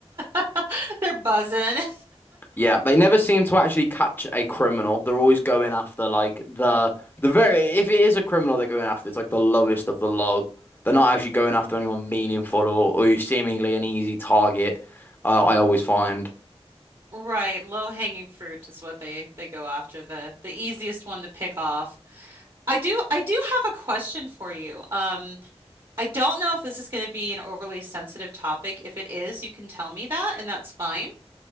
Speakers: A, on the right; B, on the left.
A: <laughs> They're buzzing.
B: Yeah, they never seem to actually catch a criminal. They're always going after like the the very if it is a criminal they're going after, it's like the lowest of the low. They're not actually going after anyone meaningful or, or who's seemingly an easy target. Uh, I always find.
A: Right. Low hanging fruit is what they they go after. The the easiest one to pick off. I do I do have a question for you. Um, I don't know if this is going to be an overly sensitive topic. If it is, you can tell me that, and that's fine.